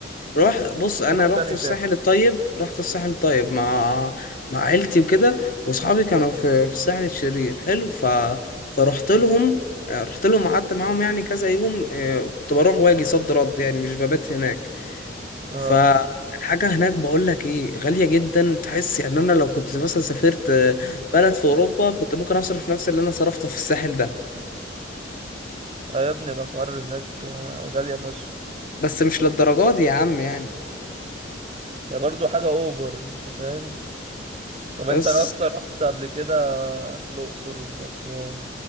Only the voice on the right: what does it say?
أنت رحت
تاني
ساحل
اه
آه يا ابني الأسعار هناك آه، غالية فشخ
هي برضو حاجة أوفر أنت فاهم؟ طب
أنت يا اسطى رحت قبل كده الأقصر وأسوان